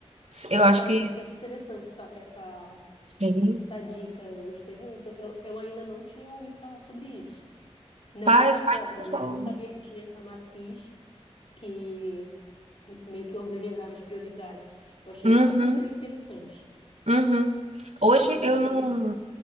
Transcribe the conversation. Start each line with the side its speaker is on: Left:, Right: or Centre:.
Left: Nossa,
Right: Eu acho
Left: é
Right: que
Left: bastante interessante essa, essa,
Right: sim.
Left: essa dica, eu gostei muito. Eu, eu ainda não tinha ouvido falar sobre isso. Não
Right: Faz,
Left: dessa forma,
Right: faz dessa
Left: né?
Right: forma.
Left: Não sabia que tinha essa matriz que meio que organizava as prioridades. Eu achei
Right: Uhum,
Left: super interessante.
Right: uhum.
Left: Super
Right: Hoje
Left: interessante
Right: eu não,
Left: mesmo.